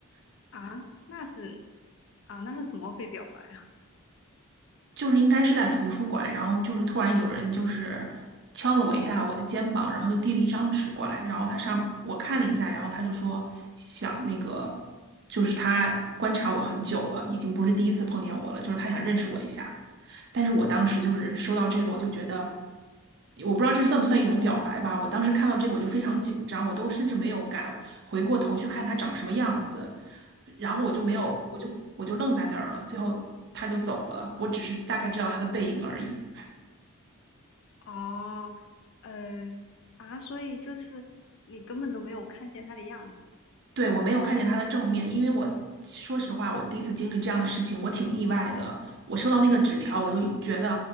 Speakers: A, on the left (about 55°); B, on the right (about 50°).
A: 啊，那是啊，那是怎么被表白啊？
B: 就是应该是在图书馆，然后就是突然有人就是敲了我一下我的肩膀，然后就递了一张纸过来，然后他上我看了一下，然后他就说想那个就是他观察我很久了，已经不是第一次碰见我了，就是他想认识我一下。但是我当时就是收到这个，我就觉得我不知道这算不算一种表白吧。我当时看到这个我就非常紧张，
A: 嗯
B: 我都甚至没有敢回过头去看他长什么样子。然后我就没有，
A: 嗯
B: 我就我就愣在那儿了。最后他就走了，我只是大概知道他的背影而已。
A: 哦，呃啊，所以就是你根本都没有看见他的样子
B: 对，我没有看见他的正面，因为我说实话，我第一次经历这样的事情，我挺意外的。我收到那个纸条，我就觉得